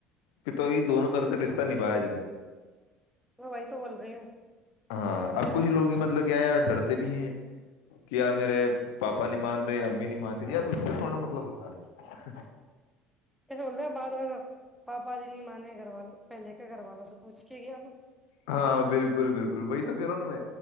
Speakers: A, on the left; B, in the centre.
A: کہ تو یہ دونوں طرف سے نبھایا جائے
B: وہ بائی تو بول رہی ہوں
A: ہاں اب کچھ لوگ ہی مطلب کیا یار ڈرتے بھی ہیں کہ یار میرے پاپا نہیں مان رہے امی نہیں مان رہے یار اس سے سونا مطلب ہوتا ہے <inaudible>
B: پسول د بعد میں پاپا جی نہیں مانے گوا ل پہل کیا گ والا سےوچھ ھیک آپ
A: ہاں بالکل بالکل وہی تو کہہ رہا ہوں نا میں